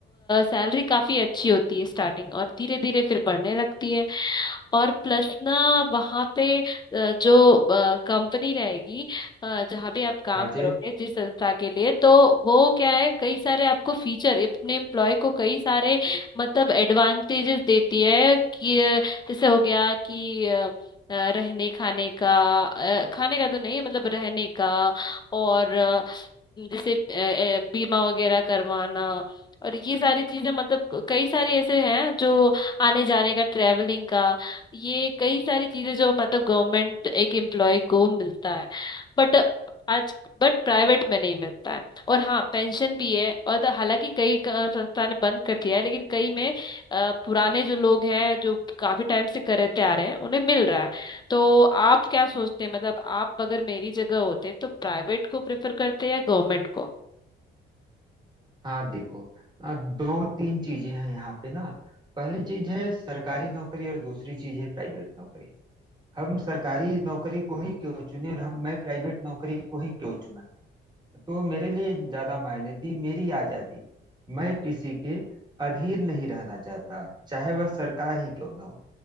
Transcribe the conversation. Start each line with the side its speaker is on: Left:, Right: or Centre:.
Left: सैलरी काफी अच्छी होती है स्टार्टिंग और धीरे धीरे फिर बढ़ने लगती है और प्लस ना वहाँ पे अ, जो कंपनी रहेगी अ, जहाँ पे आप काम
Right: हाँ
Left: करोगे
Right: जी
Left: जिस संस्था के लिए तो वो क्या है कई सारे आपको फीचर अपने एम्प्लॉय को कई सारे मतलब एडवांटेजेस देती है कि अ, जैसे हो गया कि अ, अ, रहने खाने का अ, खाने का तो नहीं मतलब रहने का और अ, जैसे अ, अ, बीमा वगैरह करवाना और ये सारी चीजें मतलब कई सारी ऐसे हैं जो आने जाने का ट्रेवलिंग का ये कई सारी चीजें जो मतलब गवर्नमेंट एक एम्प्लॉय को मिलता है बट आज बट प्राइवेट में नहीं मिलता है और हाँ पेंशन भी है और तो हालांकि कई क- संस्था ने बंद कर दिया है लेकिन कई में अ, पुराने जो लोग हैं जो काफी टाइम से करते आ रहे हैं उन्हें मिल रहा है तो आप क्या सोचते हैं मतलब आप अगर मेरी जगह होते तो प्राइवेट को प्रेफर करते या गवर्नमेंट को
Right: हाँ देखो अ, दो तीन चीजें हैं यहाँ पे ना पहली चीज है सरकारी नौकरी और दूसरी चीज है प्राइवेट नौकरी हम सरकारी नौकरी को ही क्यों चुने और हम मैं प्राइवेट नौकरी को ही क्यों चुना तो मेरे लिए ज्यादा मायने थी मेरी आजादी मैं किसी के अधीन नहीं रहना चाहता चाहे वह सरकार ही क्यों ना हो